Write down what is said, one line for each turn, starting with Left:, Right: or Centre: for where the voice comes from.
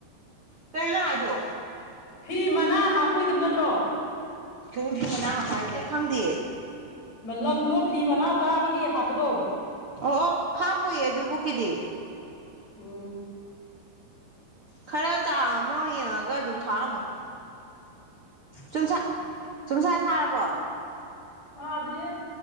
Right: ꯀꯩꯅꯣ ꯅꯪ ꯍꯥꯏꯗꯨ
Left: ꯐꯤ ꯃꯅꯥ ꯍꯥꯞꯄꯣꯏꯗꯕ ꯅꯠꯇ꯭ꯔꯣ
Right: ꯀꯩꯅꯣ ꯐꯤ ꯃꯅꯥ ꯍꯥꯞꯄ ꯍꯥꯏꯖꯦ ꯈꯪꯗꯤꯌꯦ
Left: ꯃ ꯂꯪꯗꯣ ꯐꯤ ꯃꯅꯥ ꯇꯥꯕꯒꯤ ꯍꯥꯞꯄꯗꯣ
Right: ꯑꯣ ꯑꯣ ꯍꯥꯞꯄꯣꯏꯌꯦ ꯑꯗꯨꯕꯨꯛꯀꯤꯗꯤ
Left: ꯎꯝ
Right: ꯈꯔ ꯆꯥꯡ ꯑꯃ ꯌꯦꯡꯉꯒ ꯑꯗꯨꯝ ꯈꯥꯛꯑꯝꯃꯣ ꯆꯨꯝꯁꯥ
Left: <inaudible>
Right: ꯆꯨꯝꯁꯥ ꯁꯥꯔꯕꯣ
Left: ꯁꯥꯗ꯭ꯔꯤꯌꯦ